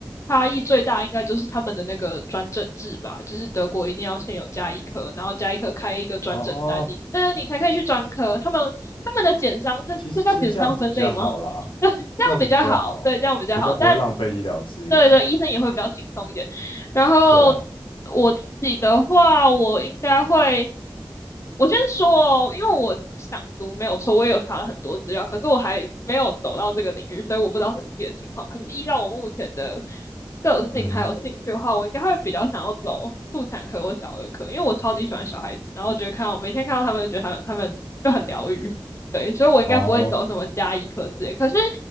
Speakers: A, on the left; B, on the left.
A: 差异最大，应该就是他们的那个转诊制吧，就是德国一定要先有加医科，然后加医科开一个转诊单，
B: 哦，
A: 你呃你才可以去专科。他们他们的减伤，这这叫减伤分类吗？
B: 其实其实这样子比较好啦，
A: <laughs> 这样比较好，
B: 这样子比较好，
A: 对，这样比较好。
B: 比较不会浪费医疗资源。
A: 但对对，医生也会比较轻松一点。然后
B: 对啊，
A: 我自己的话，我应该会。我先说哦，因为我想读没有错，我也有查了很多资料，可是我还没有走到这个领域，所以我不知道实际的情况。可是依照我目前的个性还有兴趣的话，
B: 嗯
A: 我应该会比较想要走妇产科或小儿科，因为我超级喜欢小孩子，然后我觉得看到每天看到他们，就觉得他们他们就很疗愈，对，所以我应该不会走什么加医科之类。
B: 哼，哦，
A: 可是